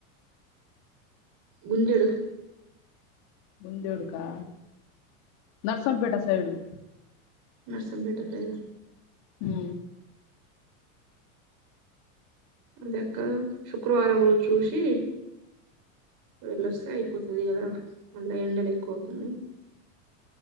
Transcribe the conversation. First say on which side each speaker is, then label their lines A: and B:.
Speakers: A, on the right; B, on the left.
A: గుజడు
B: బందేడుకా నర్సంపేట సైడు
A: నర్సం బెటా ఫేద
B: హ
A: దక శుక్రవారం రోజు చూసి వెళ్ళొస్తే అయిపోతుది కదా మళ్ళా ఎండలు ఎక్కువ అవుతున్నా